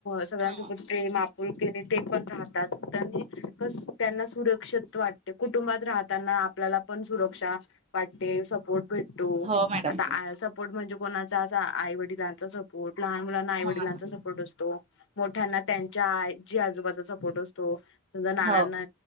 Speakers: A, on the left; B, on the right.
A: सगळ्यांसोबत
B: हा
A: प्रेम आपुलकिने ते पण राहतात. त्यांना सुरक्षित वाटते कुटुंबात राहताना. आपल्याला पण सुरक्षा.. वाटते सपोर्ट भेटतो
B: हो मॅडम
A: आता सपोर्ट म्हणजे कोणाचा अस आई वडिलांचा सपो... ट लहान मुलांना आई
B: हा
A: वडिलांचा सपोर्ट असतो. मोठ्यांना त्यांच्या आजी आजोबाचा सपोर्ट असतो... त तुझा नानांना
B: हो